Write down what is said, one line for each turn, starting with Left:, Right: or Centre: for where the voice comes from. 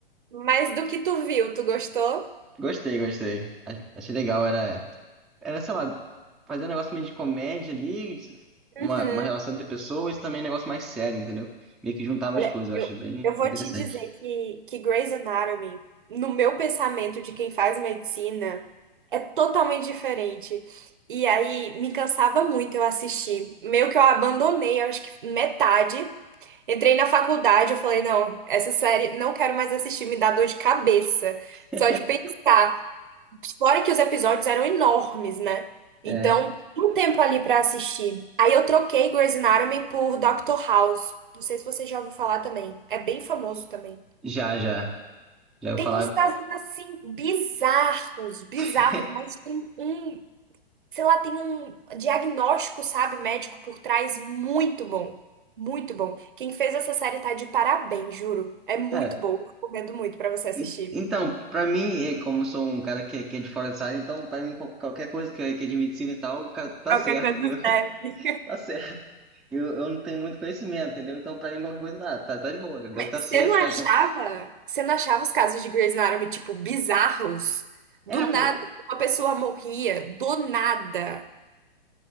Right: mas do que tu viu, tu gostou?
Centre: Gostei, gostei. A- Achei legal, era, era, sei lá, fazer um negócio meio de comédia ali,
Right: Uhum.
Centre: uma, uma relação entre pessoas e também um negócio mais sério, entendeu? Meio que juntava
Right: Olha,
Centre: as coisas, eu
Right: eu,
Centre: achei bem
Right: eu vou
Centre: interessante.
Right: te dizer que, que Grey's Anatomy, no meu pensamento de quem faz medicina, é totalmente diferente. E aí me cansava muito eu assistir. Meio que eu abandonei, eu acho que metade. Entrei na faculdade, eu falei, não, essa série não quero mais assistir, me dá dor de cabeça.
Centre: <laughs>
Right: Só de pensar. Fora que os episódios eram enormes, né?
Centre: É,
Right: Então, tinha um tempo ali pra assistir. Aí eu troquei Grey's Anatomy por Doctor House. Não sei se você já ouviu falar também. É bem famoso também.
Centre: já, já, já eu
Right: Tem
Centre: falar.
Right: uns casos assim bizarros, bizarros,
Centre: <laughs>
Right: mas tem um, sei lá, tem um diagnóstico, sabe, médico por trás muito bom. Muito bom. Quem fez essa série tá de parabéns, juro. É muito
Centre: É,
Right: boa. Recomendo muito pra você assistir.
Centre: e- então, pra mim, e como eu sou um cara que, é, que é de fora dessa área, então pra mim qual- qualquer coisa que é, que é de medicina e tal, cara, tá
Right: Qualquer
Centre: certo,
Right: coisa
Centre: entendeu?
Right: serve.
Centre: <laughs> Tá certo. Eu, eu não tenho muito conhecimento, entendeu? Então, pra mim, qualquer coisa dá. Tá, tá de boa, deve estar
Right: Você
Centre: certo,
Right: não
Centre: os
Right: achava?
Centre: caras tão-
Right: Você não achava os casos de Grey's Anatomy, tipo, bizarros?
Centre: É,
Right: Do
Centre: pô,
Right: nada, uma pessoa morria, do nada.